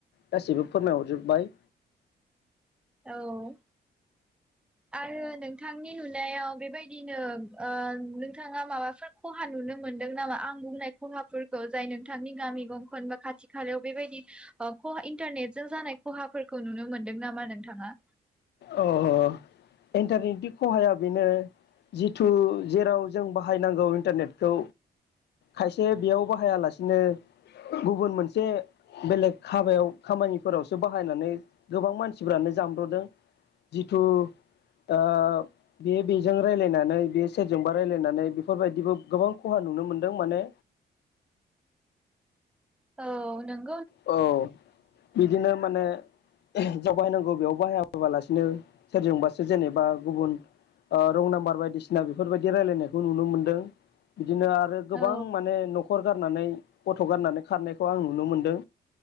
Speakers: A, on the left; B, in the centre.
A: गासिबो फोरमायहरजोबबाय
B: औ आरो नोंथांनि नुनायाव बेबायदिनो नोंथाङा माबाफोर खहा नुनो मोनदों नामा आं बुंनाय खहाफोरखौ जाय नोंथांनि गामि गंखन बा खाथि खालायाव बेबायदि खहा इन्टारनेटजों जानाय खहाफोरखौ नुनो मोनदों नामा नोंथाङा
A: अ अ इन्टारनेटनि खहाया बेनो जिथु जेराव जों बाहायनांगौ इन्टारनेटखौ खायसे बेयाव बाहायालासिनो गुबुन मोनसे बेलेग हाबायाव खामानिफोरावसो बाहायनानै गोबां मानसिफ्रानो जामब्रदों जिथु ओ बे-बेजों रायलायनानै बे सेरजोंबा रायलायनानै बेफोरबायदिबो गोबां खहा नुनो मोनदों माने
B: औ नों
A: औ बिदिनो माने जाव बाहायनांगौ बेयाव बाहाय फैोबालासिनो सोरजोंबासो जेनेबा गुबुन रं नाम्बार बायदिसिना बेफोरबायदि रायलायनायखौ नुनो मोनदों बिदिनो आरो गोबां
B: औ
A: माने न'खर गारनानै गथ' गारनानै खारनायखौ आं नुनो मोनदों।